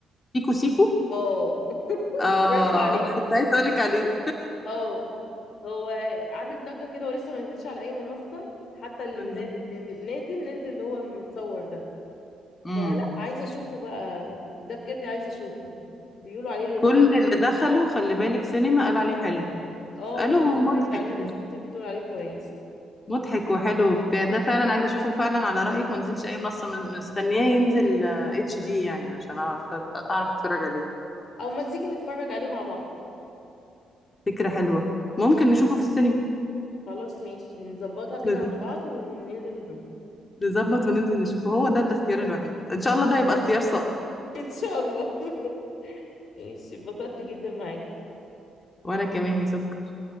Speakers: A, on the left; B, on the left.
A: سيكو سيكو
B: اه <laughs>
A: اه
B: برافو عليك
A: كنت عايزه اقول لك عليه
B: اه هو عامل ضجة كده ولسه ما نزلش على اي منصة حتى
A: <laughs>
B: اللي,
A: ما
B: منا... اللي نازل نازل اللي هو متصور ده
A: نزلت
B: فلا عايزة اشوفه بقى ده بجد عايزة اشوفه بيقولوا عليه لذيذ
A: كل اللي دخلوا خلي بالك سينما قال عليه حلو
B: اه
A: قالوا
B: انا
A: مضحك
B: سمعت عليه ناس كتير بتقول عليه كويس
A: مضحك وحلو وبتاع ده فعلا عايزه اشوفه فعلا على رايك ما نزلش اي منصه من- مستنياه ينزل اتش دي يعني عشان اعرف اعرف اتفرج عليه
B: او ما تيجي نتفرج عليه مع بعض
A: فكره حلوه ممكن نشوفه في السينما
B: خلاص ماشي نظبطها كده
A: نز-
B: مع بعض وننزل نشوفه
A: نظبط وننزل نشوفه هو ده الاختيار الوحيد ان شاء الله ده يبقى اختيار صائب
B: <laughs> ان شاء الله <laughs> ماشي اتبسطت جدا معاكي
A: وانا كمان يا سكر